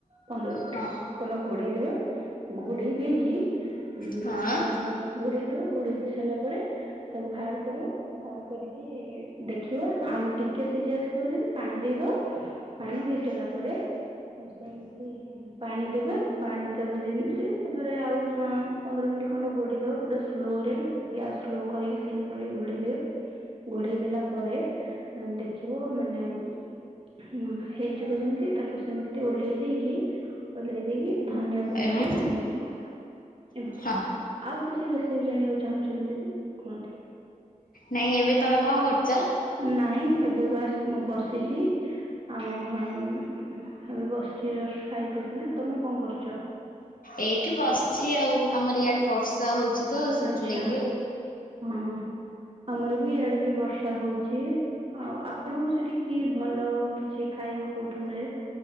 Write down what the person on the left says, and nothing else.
ହଁ
ହଁ
ଏ ହଁ
ହଁ
ନାଇଁ ଏବେ ତମେ କଣ କରୁଛ?
ଏଇଠି ବସିଛି ଆଉ ଆମର ଇଆଡେ ବର୍ଷା ହଉଛି ତ ସେଥିଲାଗି
ଆଉ